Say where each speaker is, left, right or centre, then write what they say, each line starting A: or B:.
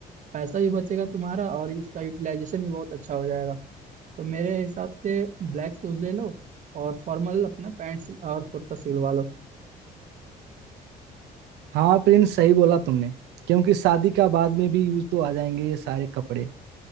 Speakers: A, on the right; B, on the right.
A: पैसा भी बचेगा तुम्हारा और इसका यूटिलाइजेशन भी बहुत अच्छा हो जाएगा तो मेरे हिसाब से ब्लैक शूज ले लो और फॉर्मल अपना पैंट्स और कुर्ता सिलवा लो
B: हाँ प्रिंस सही बोला तुमने क्योंकि शादी का बाद में भी यूज तो आ जाएंगे ये सारे कपड़े